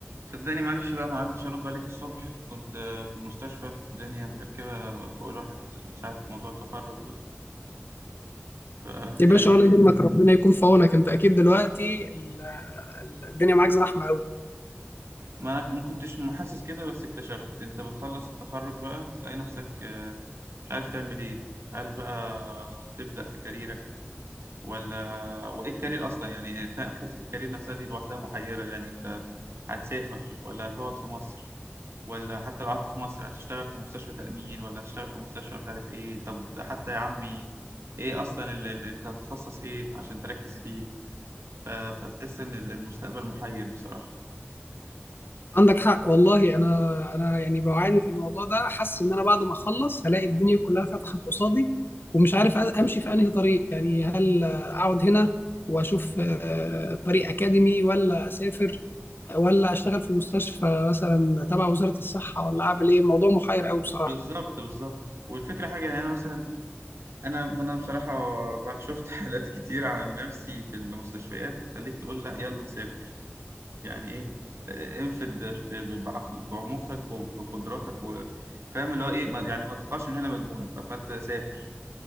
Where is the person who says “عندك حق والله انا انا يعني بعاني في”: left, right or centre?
Left